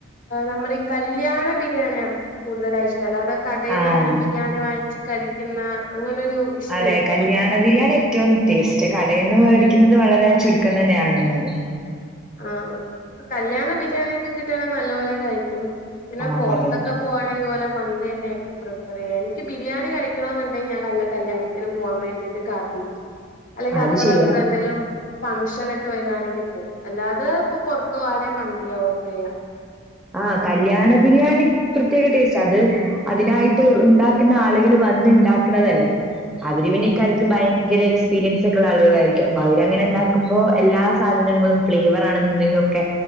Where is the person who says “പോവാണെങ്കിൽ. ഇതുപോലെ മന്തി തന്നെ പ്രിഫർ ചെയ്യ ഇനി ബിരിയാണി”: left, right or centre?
Left